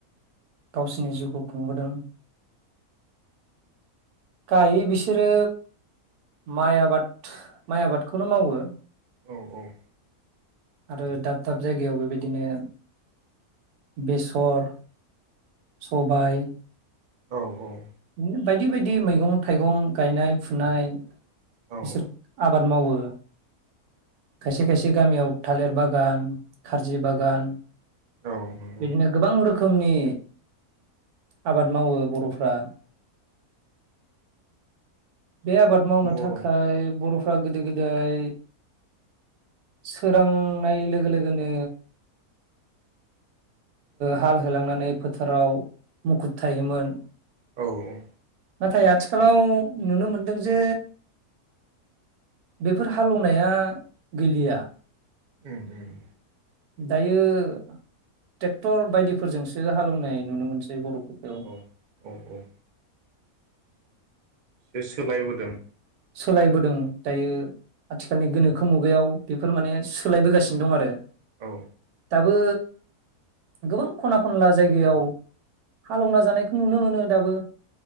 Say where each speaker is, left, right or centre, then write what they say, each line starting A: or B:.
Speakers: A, on the right; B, on the right.
A: गावसिनि जिउखौ खुंबोदों गायै बिसोरो माइ आबाद माइ आबादखौनो मावो।
B: औ औ
A: आरो दाब दाब जायगायाव बैबायदिनो बेसर सबाय
B: औ औ
A: बिदिनो बायदि बायदि मैगं थाइगं गायनाय फुनाय।
B: औ
A: बिसोर आबाद मावो खायसे खायसे गामियाव थालिर बागान खारजि बागान
B: औ औ नंगौ
A: बिदिनो गोबां रोखोम खोमनि आबाद मावो बर'फ्रा बे आबाद मावनो
B: बर'
A: थाखाय
B: औ
A: बर' फ्रा गोदो गोदाय सोरांनाय लोगो लोगोनो हाल होलांनानै फोथाराव मुखुब थायोमोन।
B: औ औ
A: नाथाय आथिखालाव नुनो मोनदों जे बेफोर हालेवनाया गैलिया
B: ओम ओम
A: दायो ट्रेक्टर बायदिफोरजोंसो हालेवनाय नुनो मोनसै बर' फोरखौ
B: औ औ औ एसे सोलायबोदों
A: सोलायबोदों दायो आथिखालनि गोनोखो मुगायाव बेफोर माने सोलायबोगासिनो दं आरो
B: औ
A: दाबो गोबां खना खनला जायगायाव हालेवना जानायखौ नुनो मोनो दाबो